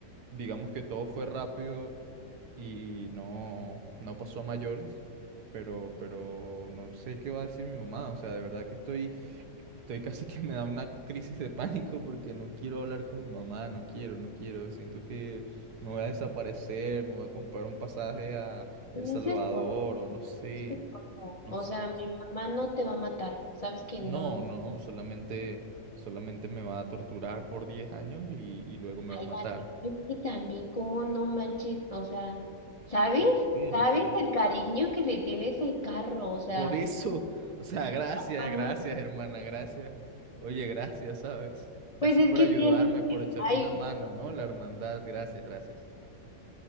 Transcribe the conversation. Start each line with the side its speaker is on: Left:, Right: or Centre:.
Right: digamos que todo fue rápido, y no, no pasó a mayores, pero, pero no sé qué va a decir mi mamá, o sea, de verdad que estoy, estoy casi que me da una crisis de pánico porque no quiero hablar con mi mamá, no quiero, no quiero, siento que me voy a desaparecer, me voy a comprar un pasaje a El
Left: Me
Right: Salvador
Left: dices por,
Right: o no sé,
Left: me dices por no.
Right: no
Left: O
Right: sé,
Left: sea,
Right: no
Left: mi
Right: sé.
Left: mamá no te va a matar. Sabes que
Right: No,
Left: no.
Right: no, solamente, solamente me va a torturar por 10 años y, y luego me
Left: Ay,
Right: va a matar.
Left: Dani, yo que también, ¿cómo no manches? O sea, ¿sabes?
Right: No sé,
Left: ¿Sabes
Right: no sé.
Left: el cariño que le tiene ese carro? O sea,
Right: Por eso, <laughs> o sea, gracias,
Left: ay,
Right: gracias, hermana, gracias. Oye, gracias, ¿sabes?
Left: pues
Right: Gracias
Left: es
Right: por
Left: que
Right: ayudarme,
Left: tienes
Right: por
Left: que.
Right: echarme
Left: Ay,
Right: una mano, ¿no? La hermandad, gracias, gracias.